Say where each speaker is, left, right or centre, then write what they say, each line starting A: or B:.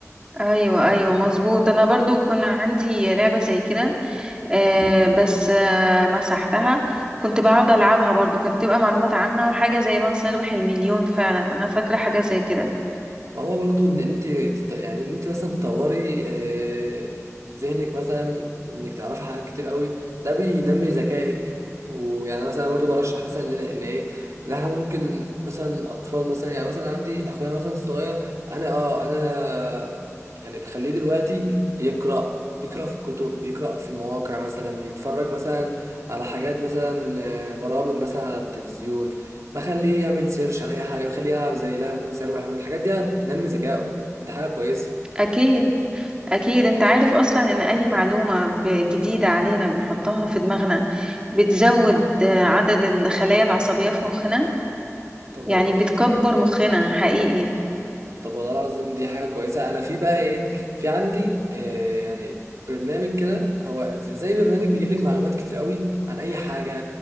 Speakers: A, on the right; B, on the right.
A: ايوه ايوه مظبوط انا برضو كان عندي لعبه زي كده آه، بس آه، مسحتها كنت بقعد ألعبها برضو كانت بتبقى معلومات عامة وحاجة زي من سيربح المليون فعلا أنا فاكرة حاجة زي كده
B: ما هو برضو ان انت تط- يعني ان انت مثلا تطوري آه، ذهنك مثلا انك تعرفي حاجات كتير قوي ده بينمي ذكائك ويعني مثلا برضو برشح مثلا ان إن ايه ان احنا ممكن مثلا الاطفال مثلا يعني مثلا عندي اخويا مثلا الصغير انا اه انا يعني بخليه دلوقتي يقرا يقرا في الكتب يقرا في المواقع مثلا يتفرج مثلا على حاجات مثلا آه، برامج مثلا على التلفزيون بخليه يعمل سيرش على اي حاجه بخليه يلعب زي لعبه من سيربح من الحاجات دي هتنمي ذكائه فدي حاجه كويسه
A: أكيد أكيد أنت عارف أصلا إن أي معلومة ب- جديدة علينا بنحطها في دماغنا بتزود آه، عدد الخلايا العصبية في مخنا
B: طب والله
A: يعني بتكبر مخنا حقيقي
B: طب والله العظيم دي حاجه كويسه انا في بقى ايه في عندي آه يعني برنامج كده هو زي زي برنامج بيجيب لك معلومات كتير قوي عن اي حاجه